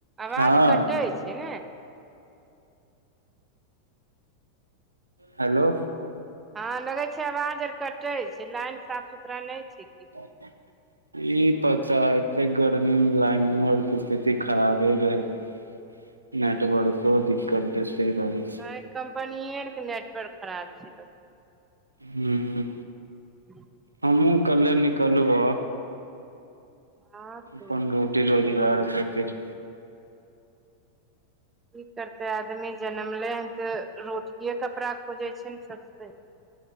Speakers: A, on the right (about 15°); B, on the right (about 80°).
A: आवाज
B: हँ
A: कटैत छैय नऽ
B: हेलो
A: ह लगैय छैय आवाज आर कटै छैय लाइन साफ सुथरा नहि छैय की
B: <unintelligible> की पता एत्ते गर्मीमे लाइन आरऽ कऽ स्थिति खराबे रहैय छैय। नेटवर्को दिक्कत देते रहये
A: ताहि कम्पनीये आर कऽ नेटवर्क खराब छैय
B: हू
A: <unintelligible>
B: हमहु काल्ले निकलबह
A: हँ तो
B: अपन रोटी रोजगार खातिर
A: की करते आदमी जनमले ह तऽ रोटिये कपड़ा खोजइ छैय नऽ सबसे